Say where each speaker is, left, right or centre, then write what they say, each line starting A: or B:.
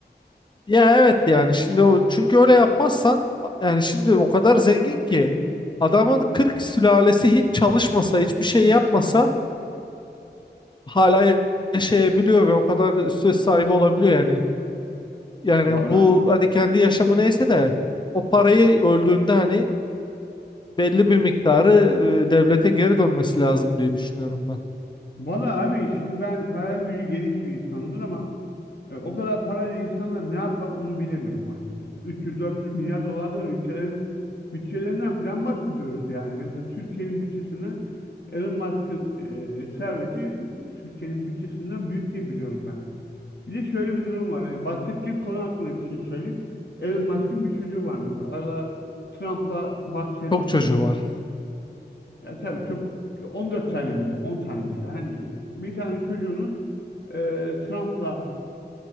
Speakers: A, on the left; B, on the left.
A: ya evet yani şimdi o, çünkü öyle yapmazsan yani şimdi o kadar zengin ki adamın 40 sülalesi hiç çalışmasa hiçbir şey yapmasa hala yaşayabiliyor ve o kadar söz sahibi olabiliyor yani. Yani
B: Valla
A: bu hani kendi yaşamı neyse de o parayı öldüğünde hani belli bir miktarı e, devlete geri dönmesi lazım diye düşünüyorum ben.
B: bana abi şimdi ben hayal gücü geniş bir insanımdır ama E, o kadar parayla insanlar ne yapar onu bilemiyorum açıkçası. 300-400 milyar dolardan ülkelerin bütçelerinden falan bahsediyoruz yani. Mesela Türkiye'nin bütçesine Elon Musk'ın e, serveti Türkiye'nin bütçesinden büyük diye biliyorum ben. Bir de şöyle bir durum var. Yani bahsettiğin konu hakkında bir şey söyleyeyim. Elon Musk'ın bir çocuğu var mesela. Ara Trump'la Bahçeli.
A: Çok çocuğu var.
B: Ya tabii çok 14 tane miydi? 10 tane miydi? Her neyse. Bir tane çocuğunun e, Trump'la